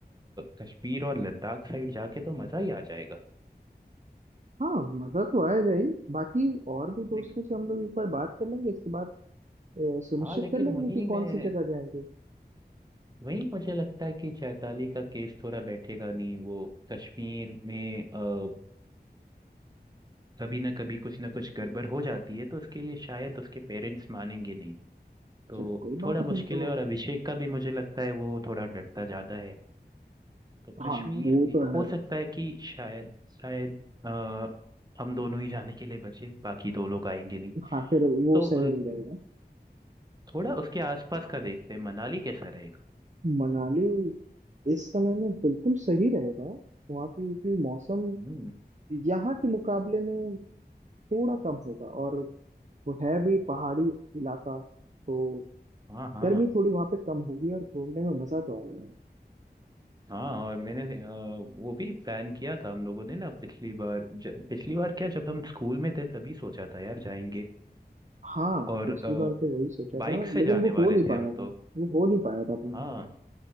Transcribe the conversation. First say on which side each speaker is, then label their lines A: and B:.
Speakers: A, on the right; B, on the right.
A: कश्मीर और लद्दाख साइड जाके तो मजा ही आ जाएगा
B: हाँ मजा तो आएगा ही बाकी और भी दोस्तों
A: लेकिन
B: से हम लोग एक बार बात कर लेंगे इसके बाद अ, सुनिश्चित
A: हाँ लेकिन
B: कर लेंगे
A: वही
B: कि कौन
A: मैं
B: सी जगह जाएंगे
A: वही मुझे लगता है कि चैताली का केस थोड़ा बैठेगा नहीं वो कश्मीर में अ, कभी ना कभी कुछ ना कुछ गड़बड़ हो जाती है तो उसके लिए शायद उसके पेरेंट्स मानेंगे नहीं तो
B: चलो कोई
A: थोड़ा
B: बात
A: मुश्किल
B: नहीं तो
A: है और अभिषेक का भी मुझे लगता है वो थोड़ा डरता ज्यादा है तो
B: हाँ
A: कश्मीर
B: यार, वो
A: में
B: तो
A: हो
B: है
A: सकता है कि शायद शायद अ, हम दोनों ही जाने के लिए बचे बाकी दो लोग आएंगे नहीं
B: हाँ फिर वो
A: तो
B: सही नहीं रहेगा
A: थोड़ा उसके आसपास का देखते हैं मनाली कैसा रहेगा
B: मनाली इस समय में बिल्कुल सही रहेगा वहाँ की की मौसम
A: हम्म
B: यहाँ के मुकाबले में थोड़ा कम होगा और वो है भी पहाड़ी इलाका तो
A: हाँ हाँ
B: गर्मी थोड़ी वहाँ पे कम होगी और घूमने में मजा तो आएगा
A: हाँ और मैंने अ, वो भी प्लान किया था हम लोगों ने ना पिछली बार ज, पिछली बार क्या जब हम स्कूल में थे तभी सोचा था यार जाएंगे
B: हाँ
A: और
B: पिछली बार तो वही सोचा
A: बाइक
B: था
A: से
B: लेकिन
A: जाने
B: वो
A: वाले
B: हो नहीं
A: थे
B: पाया
A: हम तो
B: था वो हो नहीं पाया था अपने
A: हाँ